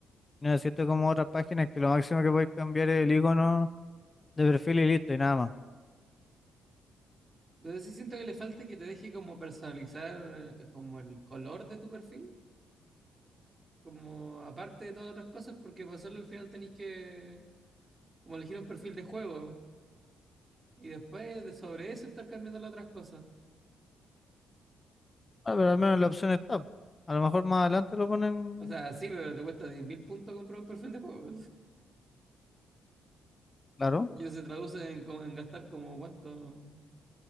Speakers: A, on the left; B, on the right.
A: No es cierto como otras páginas que lo máximo que puedes cambiar es el icono de perfil y listo y nada más.
B: Pero sí siento que le falta que te deje como personalizar eh, como el color de tu perfil, como aparte de todas otras cosas, porque para hacerlo al final tenés que como elegir un perfil de juego y después de sobre eso estar cambiando las otras cosas.
A: Ah, pero al menos la opción está. A lo mejor más adelante lo ponen.
B: O sea, sí, pero te cuesta 10.000 puntos comprar un perfil de juego. <laughs>
A: Claro.
B: Y eso se traduce en, co- en gastar como cuánto,